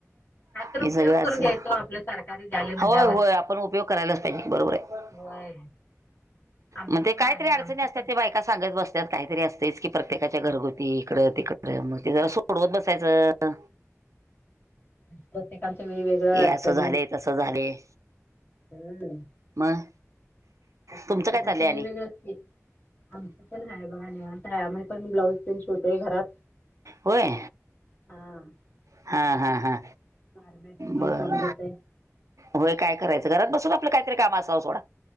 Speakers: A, on the left; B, on the right.
A: कायत
B: हे
A: उपयोग
B: सगळं
A: करून
B: असं
A: घ्यायचो. आपलं सरकारी द्याले म्हणल्यावर
B: होय होय आपण उपयोग करायलाच पाहिजे बरोबर आहे
A: होय आमचं
B: मग ते कायतरी
A: पण आहे
B: अडचणी
A: आमचं
B: असतात
A: पण
B: ते बायका सांगत बसत त काहीतरी असतेच की प्रत्येकाच्या घरगुती इकडं तिकडं मग
A: हा
B: ते जरा सोडवत बसायचं
A: प्रत्येकांचं मीळ वेगळं
B: हे
A: अडचणी
B: असं झालंय तसं झालंय
A: हम्.
B: मग
A: ण
B: तुमचं काय चाललंय
A: ते वेगवेगळ
B: आणि?
A: असते आमचं पण आहे बघा निवांत आहे आम्ही पण ब्लाऊज पिन शोवतोय घरात
B: होय
A: हा
B: हा
A: परत
B: हा हा
A: गारमेंटच पण
B: बर
A: काम घेतय
B: होय काय करायचं घरात बसून आपलं काहीतरी काम असावं सोडा